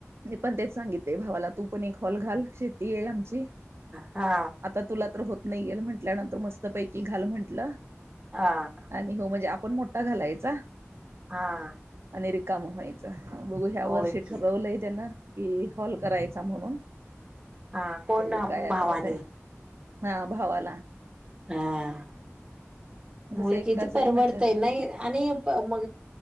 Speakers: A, on the right; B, on the right.
A: मी पण तेच सांगिते भावाला. तू पण एक हॉल घाल. शेती आहे आमची.
B: हा.
A: आता तुला तर होत नाही येेत म्हटल्यानंतर, मस्तपैकी घाल म्हंटलं.
B: हा.
A: आणि हो म्हणजे आपण मोठा घालायचा.
B: हा.
A: आणि रिकाम व्हायच. बघू ह्या
B: होय
A: वर्षी
B: की
A: ठरवलंय त्यांन. कि हॉल करायचा म्हणून.
B: हा कोण
A: बघू काय आता
B: भावाने?
A: होतय हा भावाला.
B: हा.
A: कसं
B: होय
A: एकटाच
B: किती परवडतय
A: आहे म्हंटलं
B: नाही. आणि म